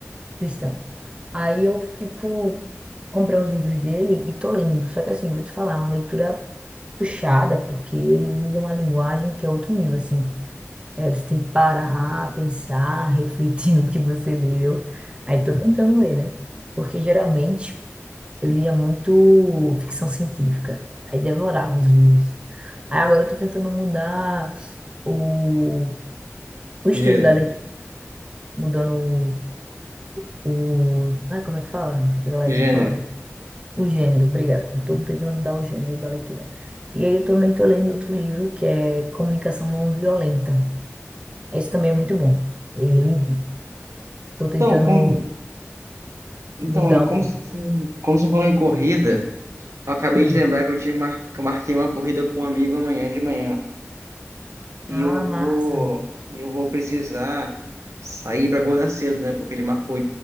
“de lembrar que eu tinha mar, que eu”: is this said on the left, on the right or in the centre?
Right